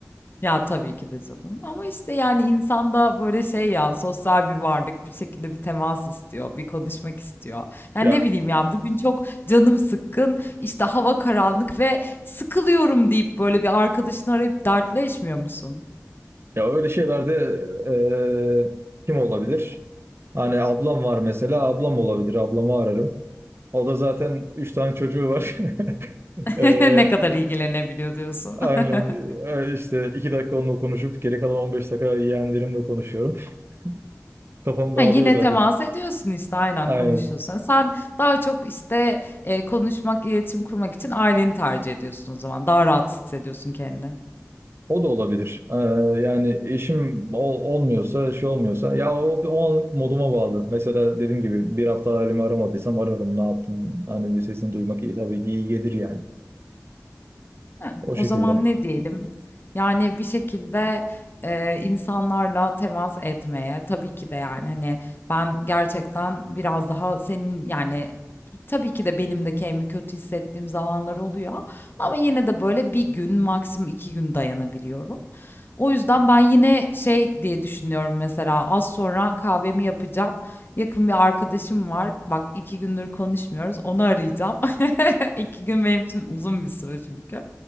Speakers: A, on the left; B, on the right.
A: Ya, tabii ki de canım ama, işte, yani, insan da, böyle, şey ya, sosyal bir varlık, bir şekilde bir temas istiyor, bir konuşmak istiyor. Yani,
B: Ya
A: ne bileyim ya, bugün çok canım sıkkın, işte, hava karanlık ve sıkılıyorum deyip, böyle, bir arkadaşını arayıp dertleşmiyor musun?
B: ya öyle şeylerde eee, kim olabilir? Hani ablam var mesela, ablam olabilir. Ablamı ararım. O da zaten üç tane çocuğu var. <laughs>
A: <laughs>
B: Eee,
A: Ne kadar ilgilenebiliyor diyorsun.
B: aynen
A: <laughs>
B: eee, işte iki dakika onunla konuşup geri kalan 15 dakika yeğenlerimle konuşuyorum. <laughs> Kafam dağılıyor
A: Ha, yine
B: zaten.
A: temas ediyorsun, işte, aynen
B: Aynen.
A: konuşuyorsun. Sen daha çok, işte, eee, konuşmak, iletişim kurmak için aileni tercih ediyorsun o zaman. Daha rahat hissediyorsun kendini.
B: O da olabilir. Ee, yani işim ol- olmuyorsa, şey olmuyorsa. Ya o, o anlık moduma bağlı. Mesela dediğim gibi bir hafta halimi aramadıysam ararım. Ne yaptın? Hani bir sesini duymak iyi tabii ki iyi gelir yani.
A: He,
B: O
A: o
B: şekilde.
A: zaman ne diyelim? Yani bir şekilde, eee, insanlarla temas etmeye, tabii ki de, yani, hani, ben gerçekten biraz daha senin, yani, tabii ki de benim de kendimi kötü hissettiğim zamanlar oluyor ama yine de böyle bir gün, maksimum 2 gün dayanabiliyorum. O yüzden ben yine şey diye düşünüyorum mesela, az sonra kahvemi yapacağım. Yakın bir arkadaşım var. Bak 2 gündür konuşmuyoruz. Onu arayacağım. <laughs> 2 gün benim için uzun bir süre çünkü.